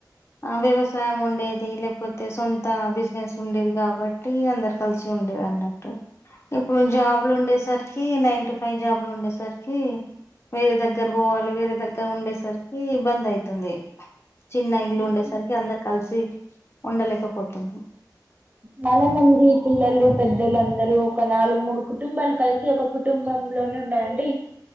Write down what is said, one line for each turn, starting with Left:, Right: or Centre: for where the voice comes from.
Left: ఆ వ్యవసాయముండే లేకపోతే సొంత బిజినెస్ ఉండేది కాబట్టి అందరు కలిసి ఉండేదన్నట్టు ఇప్పుడు జాబ్లు ఉండేసరికి నైన్ టు ఫైవ్ జాబ్లు ఉండేసరికి వేరే దగ్గర పోవాలి వేరే దగ్గర ఉండేసరికి బంద్ అయితుంది చిన్న ఇల్లు
Right: అవునండి
Left: ఉండేసరికి అందరు కలిసి ఉండలేకపోతున్నా
Right: చాలా మంది పిల్లలు పెద్దలు అందరూ ఒక నాలుగు మూడు కుటుంబాలు కలిసి ఒక కుటుంబంలోనే ఉండాలీ